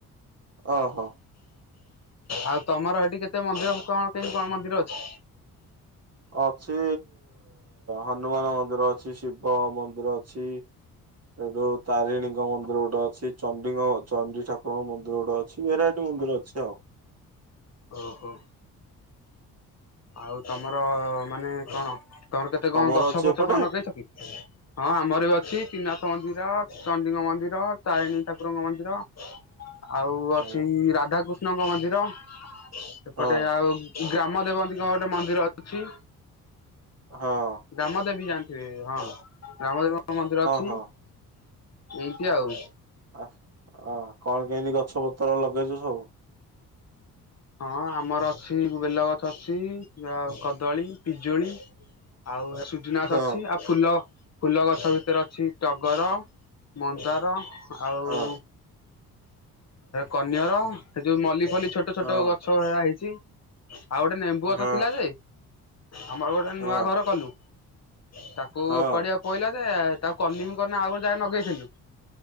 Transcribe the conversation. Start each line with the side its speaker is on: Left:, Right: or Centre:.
Right: ଓହୋ।
Left: ଆଉ ତମର ହେଠି କେତେ ମନ୍ଦିର କଣ କେମିତି କଣ ମନ୍ଦିର ଅଛି?
Right: ଅଛି ହନୁମାନ ମନ୍ଦିର ଅଛି ଶିବ ମନ୍ଦିର ଅଛି। ଏଠୁ ତାରିଣୀଙ୍କ ମନ୍ଦିର ଗୋଟେ ଅଛି। ଚଣ୍ଡିଙ୍କ ଚଣ୍ଡି ଠାକୁରଙ୍କ ମନ୍ଦିର ଗୋଟେ ଅଛି ଭେରାଇଟି ମନ୍ଦିର ଅଛି ଆଉ।
Left: ଓହୋ। ଆଉ ତମର ମାନେ କଣ ତମର କେତେ
Right: ତମର
Left: କଣ ଗଛ
Right: ଅଛି
Left: ଫଛ
Right: ଏପଟେ
Left: କଣ ନଗେଇଛ କି? ହଁ ଆମର ବି ଅଛି ତ୍ରିନାଥ ମନ୍ଦିର ଚଣ୍ଡିଙ୍କ ମନ୍ଦିର ତାରିଣୀ ଠାକୁରଙ୍କ ମନ୍ଦିର। ଆଉ ଅଛି
Right: ହୁଁ
Left: ରାଧାକୃଷ୍ଣଙ୍କ ମନ୍ଦିର ସେପଟେ
Right: ହଁ
Left: ଆଉ ଗ୍ରାମ ଦେବନ୍ତୀଙ୍କ ଗୋଟେ ମନ୍ଦିର ଅଛି।
Right: ହଁ।
Left: ଗ୍ରାମଦେବୀ ଜାଣିଥିବେ ହଁ ଗ୍ରାମଦେବୀଙ୍କ ମନ୍ଦିର ଅଛି।
Right: ହଁ
Left: ଇଁତି ଆଉ।
Right: ଅ କଣ କେମିତି ଗଛ ପତ୍ର ଲଗେଇଛ ସବୁ?
Left: ହଁ ଆମର ଅଛି ବେଲଗଛ ଅଛି ଆଉ କଦଳୀ ପିଜୁଳି। ଆଉ ସୁଜିନା
Right: ହଁ
Left: ଗଛ ଅଛି ଆଉ ଫୁଲ ଫୁଲ ଗଛ ଭିତରେ ଅଛି ଟଗର। ମନ୍ଦାର ଆଉ
Right: ହଁ
Left: କନିଅର ସେ ଯୋଉ ମଲି ଫଲି ଛୋଟ
Right: ହଁ
Left: ଟ ଗଛ ଗୁଡ଼ା ହେଇଛି ଆଉ ଗୋଟେ ନେମ୍ବୁ
Right: ହଁ
Left: ଗଛ ଥିଲା ଯେ ଆମର ଗୋଟେ ନୂଆ
Right: ହଁ
Left: ଘର କଲୁ ତାକୁ
Right: ହଁ
Left: ଓପଡ଼ିଆ ପ ଇଲା ଯେ ତାକୁ କଲୁନୁ କଣ ନା ଆଉ ଗଟେ ଯାଗା ରେ ନଗେଇଥିଲୁ